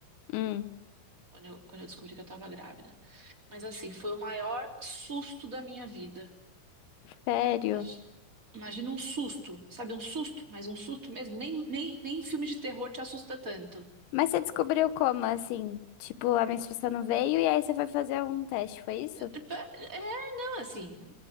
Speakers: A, on the left; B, on the right.
A: Hum,
B: quando eu, quando eu descobri que eu estava grávida. Mas assim, foi o maior susto da minha vida.
A: sério?
B: Imag- Imagina um susto, sabe? Um susto, mas um susto mesmo. Nem, nem, nem filme de terror te assusta tanto.
A: Mas você descobriu como, assim? Tipo, a menstruação não veio e aí você foi fazer um teste, foi isso?
B: É, assim,